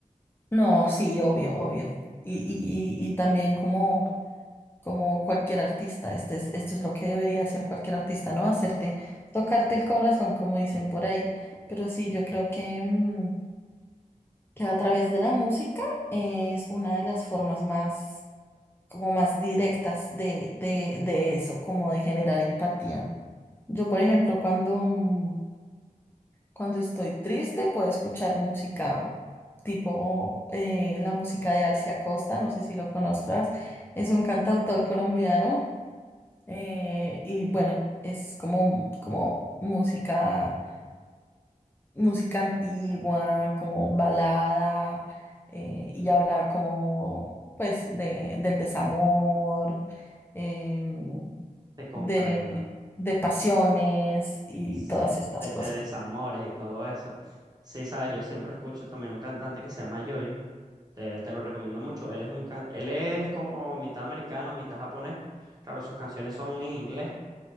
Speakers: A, on the left (about 15°); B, on the right (about 30°).
A: No, sí, obvio, obvio. Y, y, y, y también como, como cualquier artista, este es, esto es lo que debería hacer cualquier artista, ¿no? Hacerte, tocarte el corazón, como dicen por ahí. Pero sí, yo creo que, mm, que a través de la música es una de las formas más, como más directas de, de, de eso, como de generar empatía. Yo, por ejemplo, cuando, mm, Cuando estoy triste, puedo escuchar música tipo eh, la música de Alcia Costa, no sé si lo conozcas, es un cantautor colombiano eh, y bueno, es como, como música, música antigua, como balada eh, y habla como pues de, del desamor, em,
B: Te comprendo.
A: de, de pasiones y
B: Sí,
A: todas estas
B: de,
A: cosas.
B: de desamores y todo eso. Sí, sabes, yo siempre escucho también un cantante que se llama Yoji. Te, te lo recomiendo mucho. Él es un can- él es como mitad americano, mitad japonés. Claro, sus canciones son en inglés.